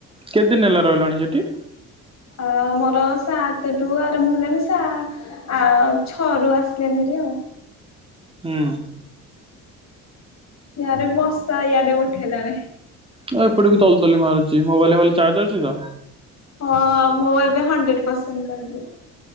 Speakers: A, on the right; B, on the left.
A: କେତେ ଦିନ ହେଲା ରହିଲଣି ସେଠି।
B: ଆ ମୋର ସାତଠୁ ଆରମ୍ଭ ହେଲାଣିି ସା ଆ ଛଅ ରୁ ଆସିଲେନି ରେ ଆଉ।
A: ହୁଁ।
B: ୟାରେ ବସା ୟାଡେ ଉଠେଇଲାଣି।
A: ହଁ ଏପଟେ ବି ତଲ ତଲି ମାରୁଚି ମୋବାଇଲ ଫୋବାଇଲ ଚାର୍ଜ ଅଛି ତ।
B: ହଁ ମୁଁ ଏବେ ହଣ୍ଡ୍ରେଡ ପରସେଣ୍ଟ କରିିଦେ